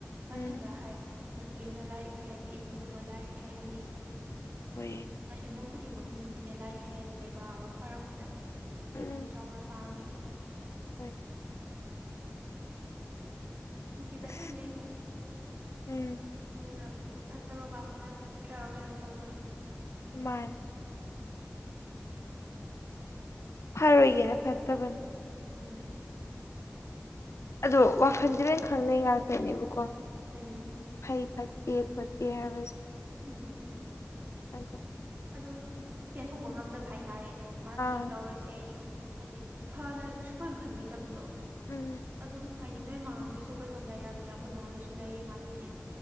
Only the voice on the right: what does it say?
ꯃꯊꯟꯇ
ꯍꯥꯏ ꯅꯨꯄꯤ ꯑꯃꯅ ꯂꯥꯏꯔꯤꯛ ꯍꯩꯔꯗꯤ ꯏꯃꯨꯡꯗꯨꯃ ꯂꯥꯏꯔꯤꯛ ꯍꯩꯍꯜꯂꯤꯅ
ꯏꯃꯨꯡ ꯈꯨꯗꯤꯡꯃꯛꯀꯤ ꯅꯨꯄꯤꯅ ꯂꯥꯏꯔꯤꯛ ꯍꯩꯔꯗꯤ ꯂꯩꯕꯥꯛ ꯑꯃ ꯐꯔꯛꯄꯗ ꯃꯇꯦꯡ
ꯌꯥꯝ ꯆꯥꯎꯅ ꯄꯥꯡꯉꯦꯅ
ꯅꯨꯄꯤꯗ
ꯂꯣꯏ ꯂꯩꯗ
ꯑꯗꯨꯗ ꯐꯠꯇꯕ ꯀꯥꯡꯕꯨꯅ ꯐꯠꯇ꯭ꯔ ꯀꯩꯅꯣ ꯇꯧꯕꯩꯅꯦ
ꯎꯝ
ꯎꯝ
ꯎꯝ
ꯑꯗꯨꯝ ꯄꯦꯟꯊꯣꯛꯄ ꯉꯝꯗꯕ ꯍꯥꯏꯇꯥꯔꯦꯅꯦ ꯃꯥ
ꯁꯤ ꯇꯧꯔꯁꯦ ꯑꯩ ꯍꯥꯏꯗꯤ ꯐꯅ ꯁꯨꯀꯥꯟ ꯈꯟꯕꯤꯗꯕꯗꯣ
ꯑꯗꯨꯝ ꯍꯥꯏꯗꯤ ꯅꯣꯏ ꯃꯃꯥꯡꯒꯤꯁꯨ ꯀꯩꯅꯣꯝ ꯂꯩꯔꯝꯅꯦ ꯑꯩꯈꯣꯏ ꯃꯥꯥꯡꯒꯤꯁꯨ ꯂꯩꯔꯤ ꯉꯥꯛꯇꯅꯦ